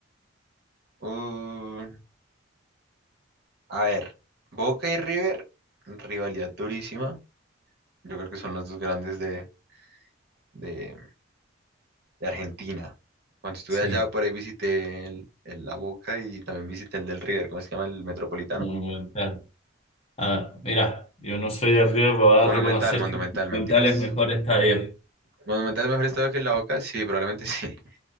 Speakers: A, on the right; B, on the left.
A: Uh, a ver, Boca y River, rivalidad durísima. Yo creo que son los dos grandes de, de- de Argentina. Cuando estuve
B: Sí,
A: allá, por ahí visité el, el La Boca y también visité el del River, ¿cómo se llama? El Metropolitano.
B: Monumental. Ah, mira, yo no soy de River, pero voy a
A: Monumental,
B: reconocer
A: Monumental,
B: que
A: mentiras.
B: Monumental es mejor estadio.
A: ¿Monumental mejor estado que el La Boca? Sí, probablemente sí. <laughs>